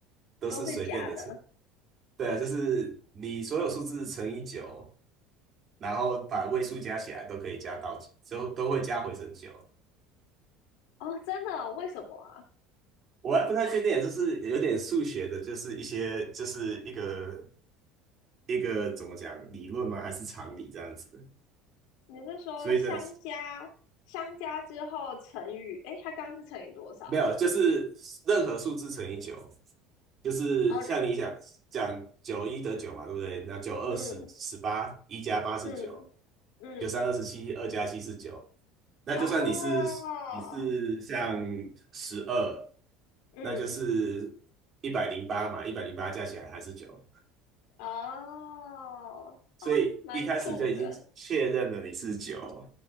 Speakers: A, on the right; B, on the left.
A: 都是随便的，
B: 都是假的
A: 对啊，就是你所有数字乘以九，然后把位数加起来都可以加到，之后都会加回成九。
B: 哦，真的哦？为什么啊？
A: 我还不太确定，就是有点数学的，就是一些就是一个一个怎么讲理论吗？还是常理这样子？
B: 你是说相加相加之后乘以，
A: 所以这
B: 诶，它刚刚是乘以多少？
A: 没有，就是任何数字乘以九，就是像你想讲九一得九嘛，
B: 哦，人
A: 对不对？那九二十十八，
B: 嗯
A: 一加八是九，
B: 嗯嗯，
A: 九三二十七，二加七是九。那就算你是你是像
B: 哦，
A: 十二，
B: 嗯
A: 那就是一百零八嘛，一百零八加起来还是九。
B: 哦哦，
A: 所以一开始就已经确认了你是九，
B: 蛮酷的